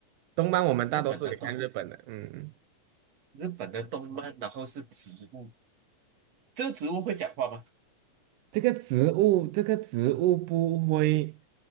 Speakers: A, on the right; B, on the right.
A: 动漫我们大多数也看日本的。
B: 日本的动，
A: 嗯，
B: 日本的动漫，然后是植物，这个植物会讲话吗？
A: 这个植物，这个植物不会。